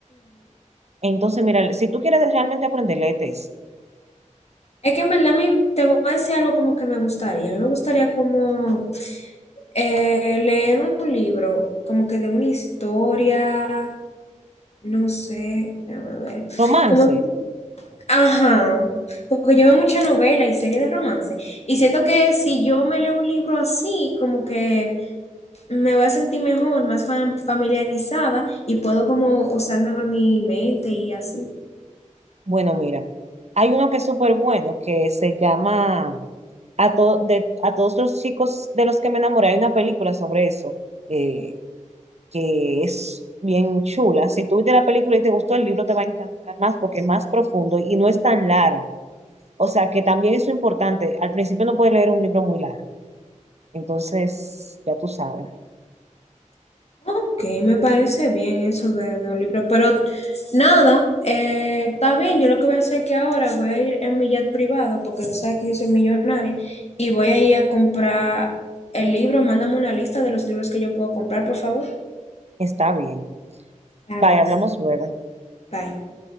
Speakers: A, on the right (about 55°); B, on the left (about 55°).
A: Entonces, mira, si tú quieres realmente aprender, léete ese.
B: Es que en verdad me- te voy a decir algo como que me gustaría. A mí me gustaría como eh, leer un libro, como que de una historia, no sé, déjame ver.
A: Romance.
B: Como que- ajá, porque yo veo mucha novela y serie de romance. Y siento que si yo me leo un libro así, como que me voy a sentir mejor, más fam- familiarizada y puedo como usar mejor mi mente y así.
A: Bueno, mira, hay uno que es súper bueno, que se llama a, to- de, a todos los chicos de los que me enamoré. Hay una película sobre eso, eh, que es bien chula. Si tú viste la película y te gustó el libro, te va a encantar más porque es más profundo y no es tan largo. O sea, que también eso es importante. Al principio no puedes leer un libro muy largo. Entonces, ya tú sabes,
B: Ok, me parece bien eso de, de un libro, pero nada, eh, está bien, yo lo que voy a hacer es que ahora voy a ir en mi jet privado, porque tú sabes que yo soy millonaria, y voy a ir a comprar el libro, mándame una lista de los libros que yo puedo comprar, por favor.
A: está bien.
B: Está
A: Bye,
B: bien,
A: hablamos luego.
B: bye.